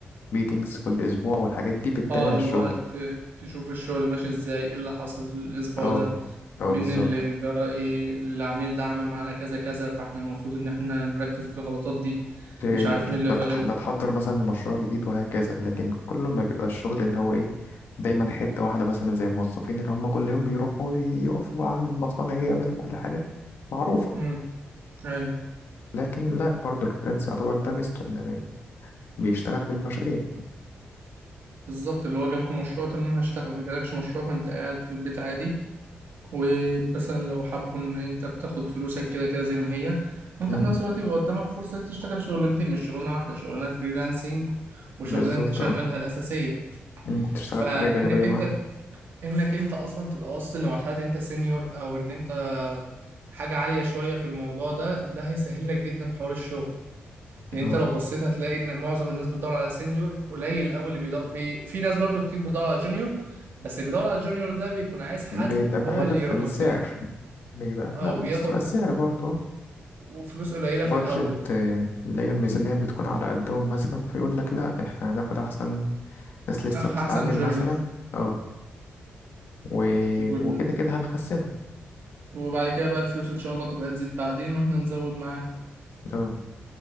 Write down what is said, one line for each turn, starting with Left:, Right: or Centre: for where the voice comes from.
Left: ميتينجز كل اسبوع والحاجات دي بتتابع
Right: اه اللي
Left: الشغل
Right: هو ت- تشوف الشغل ماشي ازاي ايه اللي حصل الاسبوع
Left: اه
Right: ده
Left: اه
Right: من
Left: بالظبط
Right: اللي جرى ايه العميل ده عمل معانا كذا كذا فاحنا المفروض ان احنا نركز في الغلطات دي
Left: ت-
Right: مش عارف مين اللي
Left: ده
Right: غلط
Left: تح- ده تحضر مثلا لمشروع جديد وهكذا لكن كل ما بيبقى الشغل اللي هو ايه دايما حتة واحدة مثلا زي الموظفين اللي هم كل يوم بيروحوا يقفوا عن المصانع يعملوا كل حاجة معروفة
Right: امم ايوه
Left: لكن لا برضه الفريلانس يعتبر ده ميزته إن بيشتغل بالمشاريع
Right: بالظبط اللي هو جالكم مشروع تمام هشتغل ما جالكش مشروع فانت قاعد في البيت عادي ومثلا لو حابوا ان انت بتاخد فلوسك كده كده زي ما هي وانت
Left: مم.
Right: في نفس الوقت يبقى قدامك فرصة تشتغل شغلانتين مش شغلانة واحدة شغلانة فريلانسنج وشغلانة
Left: بالظبط
Right: انت شغالها
Left: اه
Right: الأساسية
Left: مم، تشتغل
Right: فإنك
Left: حاجة جانبية معاك
Right: انت انك انت اصلا تبقى واصل لمرحلة ان انت سينيور او ان انت حاجة عالية شوية في الموضوع ده ده هيسهل لك جدا حوار الشغل لأن
Left: اه
Right: أنت لو بصيت هتلاقي إن معظم الناس بتدور على سينيور قليل أوي اللي بيدور بي... في ناس برضو كتير بتدور على جونيور بس اللي بيدور على جونيور ده بيكون عايز حد
Left: بيبقى بهدف
Right: هو اللي يربيه
Left: السعر بيبقى
Right: اه
Left: لا بتبقى
Right: وبياخد
Left: السعر برضه آه.
Right: وفلوس قليلة
Left: بادجت
Right: في الأول
Left: آه، اللي هي الميزانية بتكون على قدهم مثلا فيقول لك لا احنا هناخد أحسن ناس لسه
Right: أخ
Left: بتتعلم
Right: أحسن جونيور
Left: مثلا اه و...
Right: يكون
Left: وكده كده هنحسنه
Right: وبعد كده بقى الفلوس إن شاء الله تبقى تزيد بعدين وإحنا نزود معاه
Left: اه